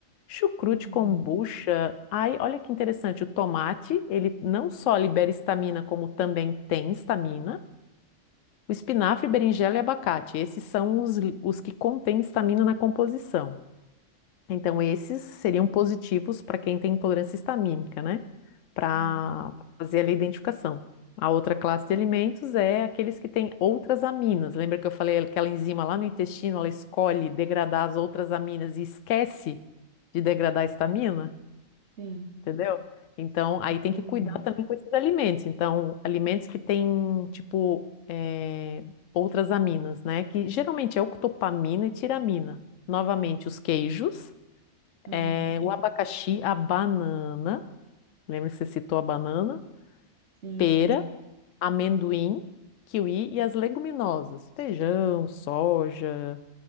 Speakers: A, on the left; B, on the right.
A: chucrute,
B: uhum,
A: kombucha. Ai, olha que interessante, o tomate, ele não só libera histamina, como também tem histamina. O espinafre, berinjela e abacate, esses são os, os que contêm histamina na composição. Então, esses seriam positivos para quem tem intolerância histamínica, né? Para
B: uhum.
A: fazer ali a identificação. A outra classe de alimentos é aqueles que têm outras aminas. Lembra que eu falei aquela enzima lá no intestino, ela escolhe degradar as outras aminas e esquece de degradar a histamina,
B: Sim,
A: entendeu? Então, aí
B: entendi.
A: tem que cuidar também com esses alimentos. Então, alimentos que têm, tipo, eh, outras aminas, né? Que geralmente é octopamina e tiramina. Novamente, os queijos
B: Aham,
A: é, o abacaxi, a banana. Lembra que você citou a banana?
B: Sim,
A: Pera,
B: sim.
A: amendoim, kiwi e as leguminosas. Feijão, soja,